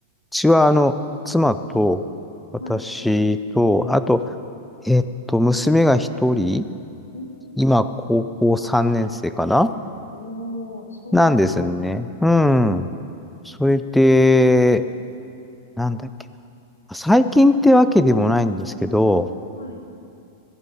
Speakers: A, in the centre; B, on the left.
A: ちは、あの、妻と、私と、
B: はい。
A: あと、えっと、娘が一人、
B: うん。
A: 今、高校3年生かな
B: おー、そうなんですね。
A: なんですね。うん。それで、なんだっけな。最近ってわけでもないんですけど、
B: うん。はい。